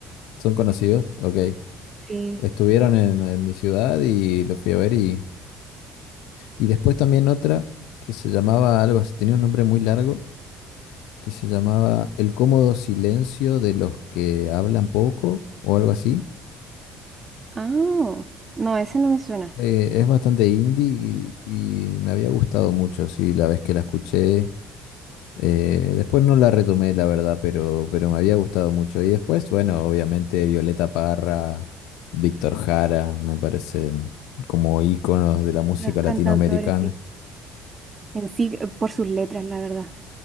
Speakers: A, on the left; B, on the right.
A: son conocidos, ok.
B: Sí.
A: Estuvieron en, en mi ciudad y los fui a ver y, y después también otra que se llamaba algo así, tenía un nombre muy largo, que se llamaba El cómodo silencio de los que hablan poco o algo así.
B: Ah, no, ese no me suena.
A: Eh, es bastante indie y, y me había gustado mucho, sí, la vez que la escuché. Eh, después no la retomé, la verdad, pero, pero me había gustado mucho. Y después, bueno, obviamente Violeta Parra, Víctor Jara, me parecen como íconos de la música
B: Los cantautores,
A: latinoamericana.
B: sí. En sí, eh, por sus letras, la verdad.